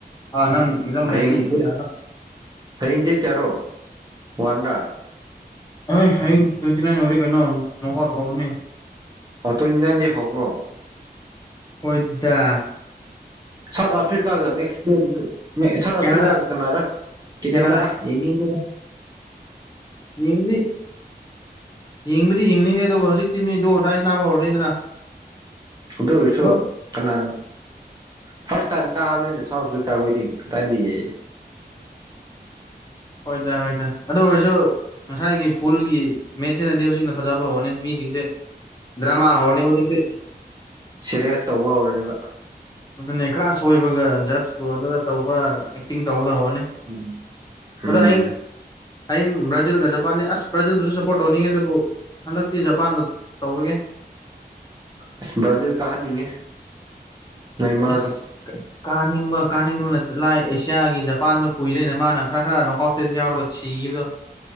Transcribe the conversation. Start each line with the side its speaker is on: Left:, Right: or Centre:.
Left: ꯑ ꯅꯪ ꯑꯦꯛꯖꯥꯝ
Right: ꯍꯌꯦꯡ
Left: ꯂꯩꯔꯗꯤ
Right: <unintelligible>
Left: ꯌꯦꯡꯕ ꯌꯥꯔꯔꯣꯏ
Right: ꯍꯌꯦꯡ ꯗꯦꯠ ꯀꯌꯥꯔꯣ ꯋꯥꯟꯔ
Left: ꯑꯣꯏ ꯍꯌꯦꯡ ꯇ꯭ꯋꯦꯟꯇꯤ ꯅꯥꯏꯟ ꯑꯣꯏꯔꯦ ꯀꯩꯅꯣ ꯅꯣꯛ ꯑꯥꯎꯠ ꯍꯧꯔꯅꯤ
Right: ꯑꯣ ꯇ꯭ꯋꯦꯟꯇꯤ ꯅꯥꯏꯟ ꯗꯩ ꯍꯧꯕ꯭ꯔꯣ
Left: ꯍꯣꯏꯗꯥ
Right: ꯁꯥꯎꯠ ꯑꯥꯐ꯭ꯔꯤꯀꯥꯒ ꯃꯦꯛꯁꯤꯀꯣꯒꯤꯗꯣ ꯃꯦꯛ ꯁꯥꯎꯠ
Left: ꯀꯦꯅꯥꯗꯥ
Right: ꯑꯐ꯭ꯔꯤꯀꯥꯒ ꯀꯅꯥꯔ ꯀꯦꯅꯦꯗꯥ
Left: ꯀꯦꯅꯥꯗꯥ
Right: ꯑꯥ? ꯌꯦꯡꯅꯤꯡ <unintelligible>
Left: ꯌꯦꯡꯒꯅꯤ ꯌꯦꯡꯕꯗꯤ ꯌꯦꯡꯅꯤꯡꯗꯦ ꯑꯗꯨꯕꯨ ꯍꯧꯖꯤꯛꯇꯤ ꯃꯤ ꯗꯨ ꯑꯣꯔ ꯗꯥꯏ ꯁꯅꯥꯕ ꯍꯧꯔꯅꯤꯗꯅ
Right: ꯑꯗꯨ ꯑꯣꯏꯔꯁꯨ
Left: ꯑꯗꯨꯝ
Right: ꯀꯅꯥꯅꯣ ꯐꯥꯔꯁ ꯇꯥꯏꯝ ꯀꯥꯕꯅꯤꯅ ꯁꯥꯎꯠ ꯑꯐ꯭ꯔꯤꯀꯥ ꯈꯣꯏꯗꯤ ꯀꯗꯥꯏꯗꯒꯤ
Left: ꯍꯣꯏꯗ ꯍꯣꯏꯗ ꯑꯗꯨ ꯑꯣꯏꯔꯖꯨ ꯉꯁꯥꯏꯒꯤ ꯄꯨꯜꯒꯤ ꯃꯦꯠꯁ ꯁꯤꯅꯗꯤ ꯍꯧꯖꯤꯛꯅ ꯐꯖꯕ ꯍꯧꯔꯅꯤ ꯃꯤꯁꯤꯡꯁꯦ ꯗ꯭ꯔꯃꯥ ꯍꯥꯎꯔꯅꯤ ꯍꯧꯖꯤꯛꯇꯤ
Right: ꯁꯦꯔꯦꯁ ꯇꯧꯕ ꯍꯧꯔꯅꯦꯕ
Left: ꯑꯗꯨꯅꯦ ꯈꯥꯔ ꯁꯣꯏꯕꯒ ꯖꯠꯁꯄꯨ ꯑꯗꯨꯗ ꯇꯧꯕ ꯑꯦꯛꯇꯤꯡ ꯇꯧꯕꯗꯣ ꯍꯧꯔꯅꯤ
Right: ꯎꯝ ꯎꯝ
Left: ꯑꯗꯣ ꯑꯥꯌꯤꯡ ꯍꯌꯤꯡ ꯕ꯭ꯔꯥꯖꯤꯜꯒ ꯖꯥꯄꯥꯟꯅꯦ ꯑꯁ ꯕ꯭ꯔꯥꯖꯤꯜꯕꯨꯁꯨ ꯁꯞꯄꯣꯔꯠ ꯇꯧꯅꯤꯡꯉꯦ ꯑꯗꯨꯕꯨ ꯍꯟꯗꯛꯇꯤ ꯖꯥꯄꯥꯟꯕꯨ ꯇꯧꯔꯒꯦ
Right: ꯑꯁ ꯕ꯭ꯔꯥꯖꯤꯜ ꯀꯥꯍꯟꯅꯤꯡꯉꯦ ꯅꯦꯃꯥꯔꯗꯣ
Left: ꯑꯁ ꯀꯥ ꯀꯥꯍꯟꯅꯤꯡꯕ ꯀꯥꯅꯤꯡꯗꯕ ꯅꯠꯇ ꯂꯥꯏ ꯑꯦꯁꯤꯌꯥꯒꯤ ꯖꯥꯄꯥꯟꯗꯣ ꯀꯨꯏꯔꯦꯅ ꯃꯥꯅ ꯈꯔ ꯈꯔ ꯅꯣꯛꯀꯥꯎ ꯁ꯭ꯇꯦꯖ ꯌꯥꯎꯔꯒ ꯁꯤꯕꯗꯣ